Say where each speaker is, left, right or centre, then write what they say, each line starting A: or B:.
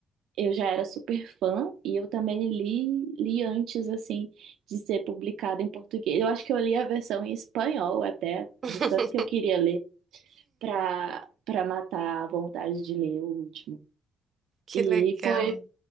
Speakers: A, on the right; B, on the right.
A: eu já era super fã e eu também li, li antes, assim, de ser publicado em português. Eu acho que eu li a versão em espanhol até,
B: <laughs>
A: de tanto que eu queria ler, pra, pra matar a vontade de ler o último.
B: Que
A: E
B: legal.
A: foi